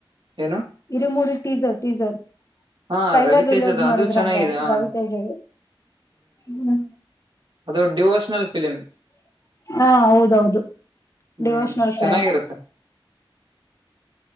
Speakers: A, on the right; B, on the left.
A: ಏನು
B: ಇರು ಮೂಡಿ ಟೀಸರ್ ಟೀಸರ್
A: ಹಾ
B: ಟ್ರೈಲರ್
A: ರವಿತೇಜದ
B: ರಿಲೀಸ್ ಮಾಡಿದ್ರಂತ
A: ಅದು ಚೆನ್ನಾಗಿದೆ ಹ
B: ರವಿ ತೇಜಗೆ ಹ್ಮ್
A: ಅದು ಡಿವೋಷನಲ್ ಫಿಲಿಮ್
B: ಹಾ ಹೌದೌದು
A: ಹ್ಮ್
B: ಡಿವೋಷನಲ್ ಫಿಲಂ
A: ಚೆನ್ನಾಗಿರುತ್ತೆ